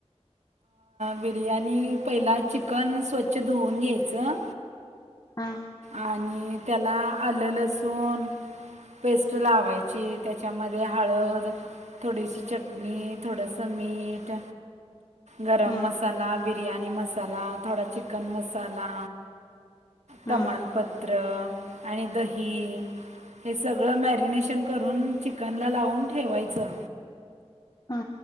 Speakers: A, on the right (about 85°); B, on the left (about 35°).
A: बिर्याणी पहिला चिकन स्वच्छ धुवून घ्यायचं.
B: हा
A: आणि त्याला आलं लसून पेस्ट लावायची त्याच्यामध्ये हळद थोडीशी चटणी, थोडासा मीठ गरम
B: हा
A: मसाला, बिरयाणी मसाला, थोडा चिकनमसाला
B: हा
A: तमालपत्र आणि दही हे सगळं मॅरिनेशन करून चिकनला लावून ठेवायचं
B: हा